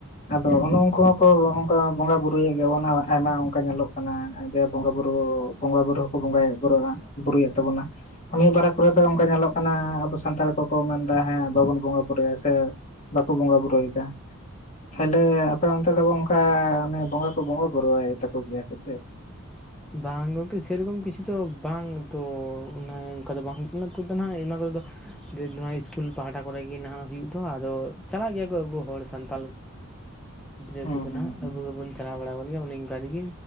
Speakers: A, on the left (about 35°); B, in the centre.
A: ᱟᱫᱚ
B: ᱦᱮᱸ
A: ᱚᱱᱮ ᱩᱱᱠᱩ ᱠᱚ ᱚᱱᱠᱟ ᱵᱚᱸᱜᱟ ᱵᱩᱨᱩᱭᱮᱫ ᱜᱮᱭᱟᱵᱚᱱ ᱟᱭᱢᱟ ᱚᱱᱠᱟ ᱧᱮᱞᱚᱜ ᱠᱟᱱᱟ ᱡᱮ ᱵᱚᱸᱜᱟ ᱵᱩᱨᱩ ᱵᱚᱸᱜᱟ ᱵᱩᱨᱩ ᱵᱚᱸᱜᱟᱭᱮᱫ ᱵᱩᱨᱼᱟ ᱵᱩᱨᱩᱭᱮᱫ ᱛᱟᱵᱚᱱᱟ᱾ ᱢᱤᱫ ᱵᱟᱨᱮ ᱠᱚᱨᱮ ᱫᱚ ᱚᱱᱠᱟ ᱧᱮᱞᱚᱜ ᱠᱟᱱᱟ ᱟᱵᱚ ᱥᱟᱱᱛᱟᱲ ᱠᱚᱠᱚ ᱢᱮᱱᱫᱟ ᱦᱮᱸ ᱵᱟᱵᱚᱱ ᱵᱚᱸᱜᱟ ᱵᱩᱨᱩᱭᱟ ᱥᱮ ᱵᱟᱠᱚ ᱵᱚᱸᱜᱟ ᱵᱩᱨᱩᱭᱮᱫᱟ ᱛᱟᱦᱚᱞᱮ ᱟᱯᱮ ᱚᱱᱛᱮ ᱫᱚ ᱚᱱᱠᱟ ᱚᱱᱮ ᱵᱚᱸᱜᱟ ᱠᱚ ᱵᱚᱸᱜᱟ ᱵᱩᱨᱩᱣᱟᱭ ᱛᱟᱠᱚ ᱜᱮᱭᱟ ᱥᱮ ᱪᱮᱫ
B: ᱵᱟᱝ ᱜᱚᱢᱠᱮ ᱥᱮᱨᱚᱠᱚᱢ ᱠᱤᱪᱷᱩ ᱫᱚ ᱵᱟᱝ ᱛᱚ ᱚᱱᱠᱟ ᱫᱚ ᱵᱟᱝ ᱦᱩᱭᱩᱜ ᱠᱟᱱᱟ ᱛᱚ ᱱᱟᱦᱟᱜ ᱚᱱᱟ ᱠᱚᱨᱮ ᱫᱚ ᱡᱮ ᱱᱜ-ᱣᱟ ᱤᱥᱠᱩᱞ ᱯᱟᱦᱴᱟ ᱠᱚᱨᱮ ᱜᱮ ᱱᱟᱦᱟᱜ ᱦᱩᱭᱩᱜ ᱛᱚ ᱟᱫᱚ ᱪᱟᱞᱟᱜ ᱜᱮᱭᱟ ᱠᱚ ᱟᱵᱚ ᱦᱚᱲ ᱥᱟᱱᱛᱟᱞ
A: <inaudible>
B: ᱜᱤᱫᱽᱨᱟᱹ
A: ᱦᱩᱸ
B: ᱠᱚᱫᱚ
A: ᱦᱩᱸ
B: ᱱᱟᱜ
A: ᱦᱩᱸ
B: ᱟᱵᱚ ᱦᱚᱸᱵᱚᱱ ᱪᱟᱞᱟᱣ ᱵᱟᱲᱟᱣ ᱠᱟᱱ ᱜᱮᱭᱟ ᱚᱱᱮ ᱚᱱᱠᱟ ᱛᱮᱜᱮ